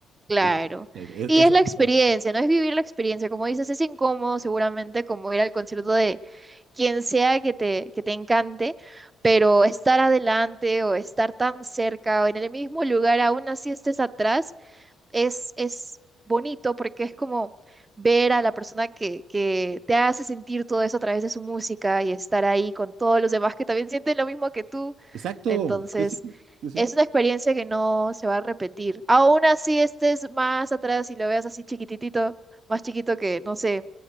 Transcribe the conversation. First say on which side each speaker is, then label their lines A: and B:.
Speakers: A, on the right; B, on the right.
A: claro.
B: Y- <laughs>
A: Y
B: eso,
A: es la experiencia,
B: eso.
A: ¿no? Es vivir la experiencia. Como dices, es incómodo seguramente como ir al concierto de quien sea que te, que te encante, pero estar adelante o estar tan cerca o en el mismo lugar, aún así estés atrás, es, es bonito porque es como ver a la persona que, que te hace sentir todo eso a través de su música y estar ahí con todos los demás que también sienten lo mismo que tú.
B: Exacto.
A: Entonces,
B: Sí, sí, sí, sí.
A: es una experiencia que no se va a repetir. Aún así estés más atrás y lo veas así chiquititito, más chiquito que, no sé,